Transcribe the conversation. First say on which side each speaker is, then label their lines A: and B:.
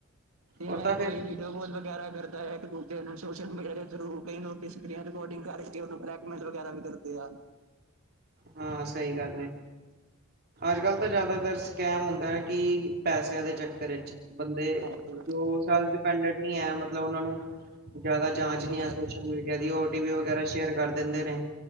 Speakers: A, on the right; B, on the right.
A: ਜਿਵੇਂ
B: ਉਹ ਤਾਂ ਫੇਰ
A: ਕੋਈ ਵੀਡੀਓ ਕੋਲ ਵਗੈਰਾ ਕਰਦਾ ਹੈ ਇੱਕ ਦੂਜੇ ਨੂੰ ਸੋਸ਼ਲ ਮੀਡੀਆ ਦੇ ਥਰੂ ਕਈ ਨ ਰਕਾਰਡਿੰਗ ਕਰਕੇ ਉਹਨੂੰ ਬਲੈਕਮੇਲ ਵਗੈਰਾ ਵੀ ਕਰਦੇ ਆ
B: ਹਾਂ ਸਹੀ ਗੱਲ ਏ ਅੱਜ ਕੱਲ ਤਾਂ ਜ਼ਿਆਦਾਤਰ ਕਹਿਮ ਹੁੰਦਾ ਹੈ ਕਿ ਪੈਸਿਆਂ ਦੇ ਚੱਕਰ ਵਿੱਚ ਬੰਦੇ
A: ਹਾਂਜੀ
B: ਜੋ ਉਸ ਸਾਲ ਡਿਪੈਂਡੈਂਟ ਨਹੀਂ ਹੈ ਮਤਲਬ ਉਹਨਾਂ ਨੂੰ ਜ਼ਿਆਦਾ ਜਾਂਚ
A: ਹਾਂ ਜਿਹੜਾ
B: ਨਹੀਂ ਹੈ ਸੋਸ਼ਲ ਮੀਡੀਆ ਦੀ ਓ ਟੀ ਪੀ ਵਗੈਰਾ ਸ਼ੇਅਰ ਕਰ ਦਿੰਦੇ ਨੇ